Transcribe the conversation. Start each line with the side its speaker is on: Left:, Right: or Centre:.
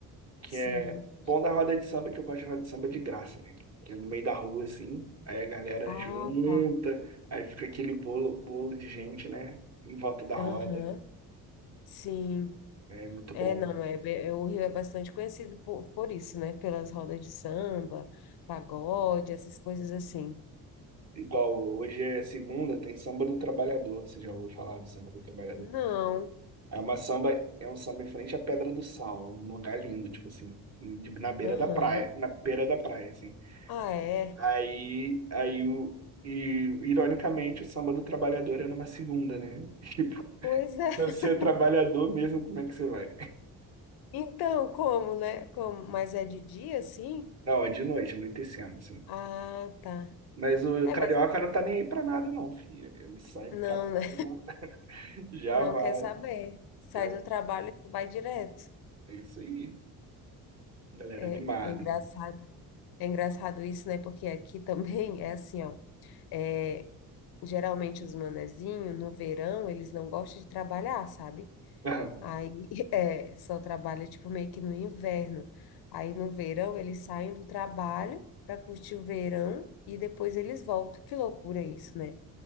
Right: que
Left: Sim.
Right: é bom da roda de samba, que eu gosto de roda de samba de graça, né? Que é no meio da rua, assim, aí a galera
Left: Ah,
Right: junta,
Left: tá.
Right: aí fica aquele bolo, bolo de gente, né? Em volta da
Left: Aham.
Right: roda.
Left: Sim.
Right: É muito
Left: É,
Right: bom.
Left: não, é, be- é, o Rio é bastante conhecido por, por isso, né? Pelas rodas de samba, pagode, essas coisas assim.
Right: Igual hoje é segunda, tem samba do trabalhador. Você já ouviu falar do samba do trabalhador?
Left: Não.
Right: É uma samba, é um samba em frente à Pedra do Sal, um lugar lindo, tipo assim, de- na beira
Left: Aham.
Right: da praia, na beira da praia, assim.
Left: Ah, é.
Right: Aí, aí o, e ironicamente o samba do trabalhador é numa segunda, né? <laughs>
Left: Pois é. <laughs>
Right: Se você é trabalhador mesmo, como é que você vai?
Left: Então, como, né? Como, mas é de dia, assim?
Right: Não, é de noite, anoitecendo, assim.
Left: Ah, tá.
Right: Mas o
Left: É,
Right: carioca
Left: mas
Right: não tá nem aí pra nada, não, filho. Ele sai
Left: não,
Right: do trabalho,
Left: né?
Right: <laughs> já
Left: Não
Right: vai.
Left: quer saber. Sai
Right: Já...
Left: do trabalho e vai direto.
Right: É isso aí, galera
Left: É,
Right: animada.
Left: é engraçado. É engraçado isso, né? Porque aqui <laughs> também é assim, ó. É, geralmente os manezinhos, no verão, eles não gostam de trabalhar, sabe?
Right: <laughs>
Left: Aí, <laughs> é, só trabalha, tipo, meio que no inverno. Aí, no verão, eles saem do trabalho para curtir o verão e depois eles voltam. Que loucura isso, né?